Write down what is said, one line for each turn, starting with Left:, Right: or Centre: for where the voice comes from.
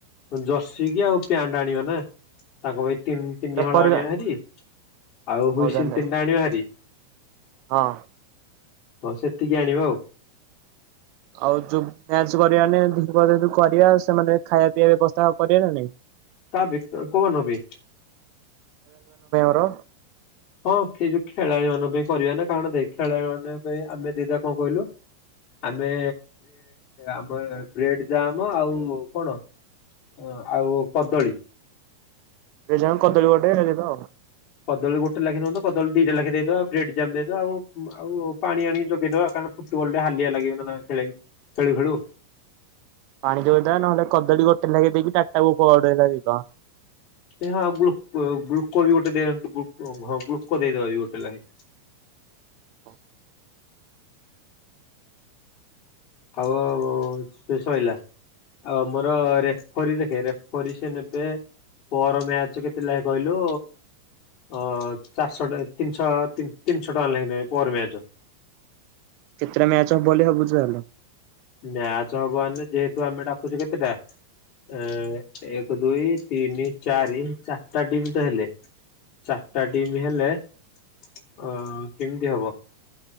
Left: ଜର୍ସିକି ଆଉ ପ୍ୟାଟା ଆଣିବା ନା ତାଙ୍କ ପାଇଁ ତିନି ତିନି
Right: ରେଫରୀ
Left: ହଳ ଆଣିବା ଭାରି ଆଉ
Right: ହଉ
Left: ହୁଇସ
Right: ତାହେଲେ
Left: ତିନିଟା ଆଣିବା ଭାରି
Right: ହଁ
Left: ହଁ ସେତିକି ଆଣିବ ଆଉ
Right: ଆଉ ଯୋଉ୍ୟା କରିବାାନ କରିବା ସେମାନେ ଖାଇବା ପିଇବା ବ୍ୟବସ୍ଥା କରିବା ନା ନାଇଁ
Left: ତାାବ କବ ନବି
Right: ହ
Left: ହଁ ସେ ଯୋଉ ଖେଳାଳି ମାନଙ୍କ ପାଇଁ କରିବା ନା କାରଣ ଦେ ଖେଳାଳି ମାନଙ୍କ ପାଇଁ ଆମେ ଦିଟା କଣ କହିଲୁ ଆମେ ଆମ ବ୍ରେଡ ଜାମ ଆଉ କଣ ଅ ଆଉ କଦଳୀ
Right: ଏ ଜଣ କଦଳୀ ଗୋଟେ ହେ ଯିବା ଆଉ
Left: କଦଳୀୋଟେ ଲେଖି ନିଅନ୍ତ କଳୀ ଦିଟା ଲେଖା ଦେଇଦଉ ବେ ଦେଇଦବା ଆଉ ଆଉ ପାଣି ଆଣି ଯୋଗେଇଦବା କାର ଓଲଟେ ହାଲିଆ ଲାଗି ଖେଳି ଖେଳୁ ଖେଳୁ
Right: ପାଣି ଦଉଦ ନହେଲେ କଦଳୀ ଗୋଟେ ଲାଗେଇ ଦେଇକି ଟଟାକୁଡ ଲାଗିଦ
Left: ଁ ଗ ଗୁକୋ ଗୋଟେଅ ହଁ ଗ୍ୁକୋ ଦେଇଦବା ଗୋଟେ ଲାଗେ
Right: ହଁ
Left: ଆଉ ଶେଷ ହେଲାା ଅ ମୋର ରେଫରୀ ଦେଖେ ରେଫରୀ ସେ ନେବେ ପର ମ୍ୟାଚ କେତେ ଲ କହିଲୁ ଅ ଚାରିଶହ ତିନିଶ ତିନିଶହ ଟଙ୍କା ଲୋଗେ ପର ବିଆଜ
Right: କେତେଟା ମ୍ୟାଚ ହବ ବୋଲି ହବୁଛି ତାହଲେ
Left: ନାଚ ହବ ଆେ ଯେହେତୁ ଆମେ ଡାକୁଛେ କେତେଟା ଅ ଏକ ଦୁଇ ତିନି ଚାରି ଚାରିଟା ଟିମ ତ ହେଲେ ଚାରିଟା ଡିମ୍ ହେଲେ ଅ କେମିତି ହବ